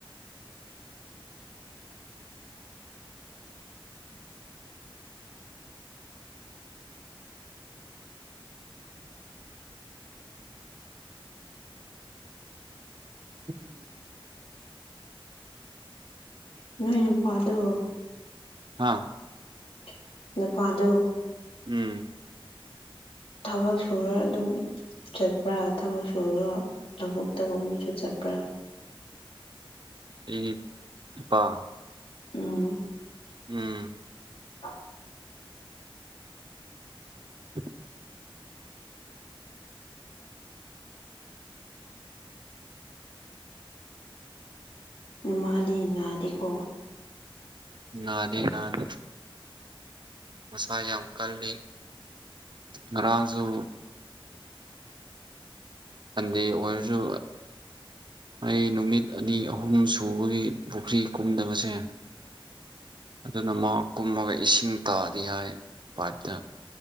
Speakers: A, on the right; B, on the left.
A: <unintelligible>
B: ꯅꯣꯏꯅꯨꯄꯥꯗꯨꯔꯣ
A: ꯍꯥ
B: <unintelligible>
A: ꯎꯝ
B: ꯊꯕꯛ ꯁꯨꯔꯥ ꯑꯗꯨꯝ ꯆꯠꯄ꯭ꯔꯥ ꯊꯕꯛ ꯁꯨꯔꯣ ꯊꯥꯕꯛꯇꯥꯒꯨꯝꯕꯥꯁꯨ ꯆꯠꯄ꯭ꯔꯥ
A: ꯎꯝ ꯄꯥ
B: ꯎꯝ
A: ꯎꯝ
B: <unintelligible>
A: <unintelligible>
B: ꯏꯃꯥꯗꯤ ꯅꯥꯗꯦꯀꯣ
A: ꯅꯥꯗꯦ ꯅꯥꯗꯦ꯫ ꯃꯁꯥ ꯌꯥꯝ ꯀꯜꯂꯤ ꯉꯔꯥꯡꯖꯨ ꯁꯟꯗꯦ ꯑꯣꯏꯔꯖꯨ ꯑꯩ ꯅꯨꯃꯤꯠ ꯑꯅꯤ ꯑꯍꯨꯝ ꯁꯨꯕꯒꯤ ꯄꯨꯈ꯭ꯔꯤ ꯀꯨꯝꯗꯕꯁꯦ ꯑꯗꯨꯅ ꯃꯥ ꯀꯨꯝꯃꯒ ꯏꯁꯤꯡ ꯇꯥꯗꯦ ꯍꯥꯏ ꯄꯥꯏꯞꯇ꯫